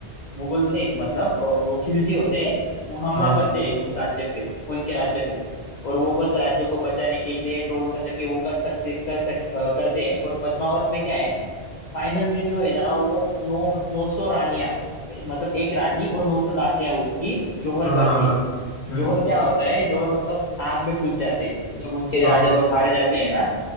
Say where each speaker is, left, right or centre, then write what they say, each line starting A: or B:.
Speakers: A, on the left; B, on the left.
A: मुगल नहीं मतलब अ, वो खिलजी होते हैं वो हमला
B: हाँ
A: करते हैं उस राज्य पे उनके राज्य पे और वो बस राज्य को बचाने के लिए जो हो सके वो कर सकते कर सक अ, करते हैं और पद्मावत में क्या है फाइनल में जो है ना वो नौ नौ सौ रानियां ए, मतलब एक रानी और नौ सौ दासियां उसकी जोहर
B: हाँ
A: करती
B: हाँ हाँ
A: है
B: हम्म
A: जोहर क्या होता है जोहर मतलब आग में कूद जाते हैं जब उनके
B: हाँ
A: राजा
B: हाँ
A: लोग हार जाते हैं ना